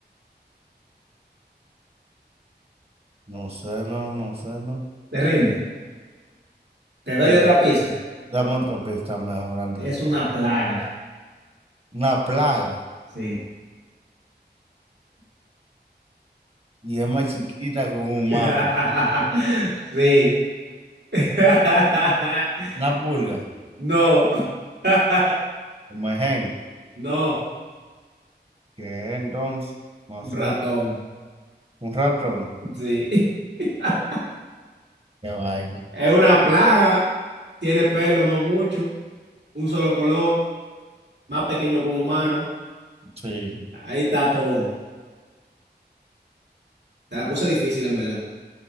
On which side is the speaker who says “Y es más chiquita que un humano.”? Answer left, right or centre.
Right